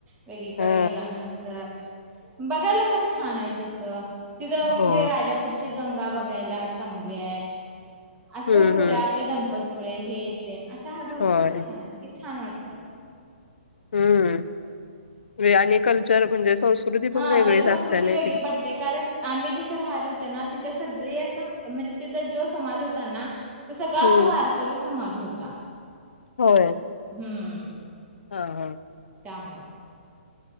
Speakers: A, on the right; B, on the left.
A: वेगळीकडे
B: हा
A: गेल्या नंतर बघायला पण छान आहे तस तिथं
B: हो
A: म्हणजे राजापूरची गंगा बघायला चांगली आहे.
B: हम्म
A: आस भरपूर
B: हम्म
A: आहे आपले गणपती पुळे हे ते अशा आहे भरपूर
B: होय
A: ठिकाण आहेत की छान वाटत. तत
B: हम्म वे- आणि कल्चर म्हणजे संस्कृती पण
A: हा
B: वेगळीच
A: जर संस्कृती
B: असते नाही
A: वेगळी
B: तिकडे
A: पडते कारण आम्ही जिथे राहिल होते ना तिथ त्या सगळे असं म्हणजे त्याचा जो समाज होता ना तो सगळा
B: हम्म
A: असं वारकरी समाज होता. ता
B: होय
A: हम्म
B: हा हा
A: त्यामुळं